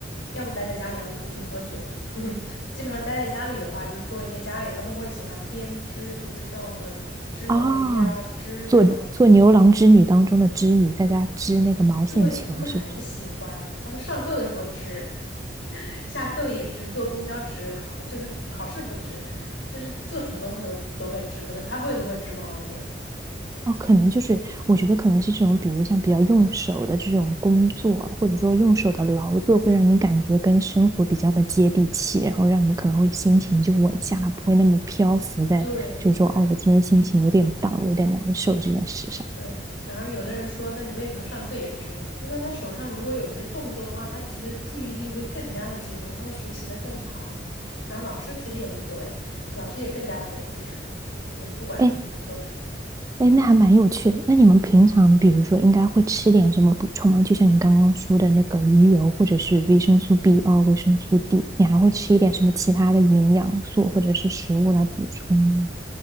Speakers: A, on the left (about 85°); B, on the right (about 20°).
A: 要么待在家里，要么出去喝酒。<laughs> 基本上待在家里的话，就是做一些家里，他们会喜欢编织，就是像我们织毛衣啊、
B: 啊，
A: 织这种，
B: 做做牛郎织女当中的织女，在家织那个毛线球，
A: 对，他们很喜欢。
B: 是不是？
A: 他们上课的时候织，<laughs> 下课了也织，坐公交织，考就是考试不织，就是做什么东西都都会织，可能开会都会织毛衣。
B: 哦，可能就是我觉得可能是这种，比如像比较用手的这种工作，或者说用手的劳作，会让你感觉跟生活比较的接地气，然后让你可能会心情就稳下来，不会那么漂浮在，
A: 对对，
B: 就是说哦，我今天心情有点荡，
A: 嗯。
B: 有点难受这件事上。
A: 对，然后有的人说，那你为什么上课也直呢？他说他手上如果有一些动作的话，他其实注意力会更加的集中，他会学习的更好。<laughs> 然后老师其实也无所谓，老师也更加随意，<laughs> 就不管你们做什么。
B: 哎，哎，那还蛮有趣的。那你们平常，比如说，应该会吃点什么补充吗？就像你刚刚说的那个鱼油，或者是维生素 B 二、维生素 D，你还会吃一点什么其他的营养素或者是食物来补充吗